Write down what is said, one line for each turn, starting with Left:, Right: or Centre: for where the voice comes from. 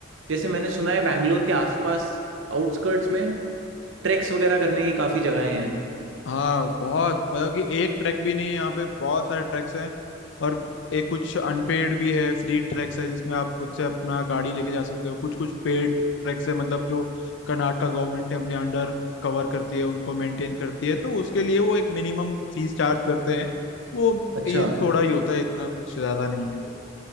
Right: जैसे मैंने सुना है बैंगलोर के आसपास आउटस्कर्ट्स में ट्रैक्स वगैरह करने की काफी जगहें हैं
Left: हाँ बहुत मतलब कि एक ट्रैक भी नहीं है, यहाँ पे बहुत सारे ट्रैक्स हैं और एक कुछ अनपेड भी है फ्री ट्रैक्स है जिसमें आप खुद से अपना गाड़ी लेके जा सकते हो कुछ कुछ पेड ट्रैक्स है मतलब जो कर्नाटका गवर्नमेंट ने अपने अंडर कवर करती है उनको मेंटेन करती है तो उसके लिए वो एक मिनिमम फीस चार्ज करते हैं वो
Right: अच्छा
Left: ये थोड़ा ही होता है इतना कुछ ज्यादा नहीं है वो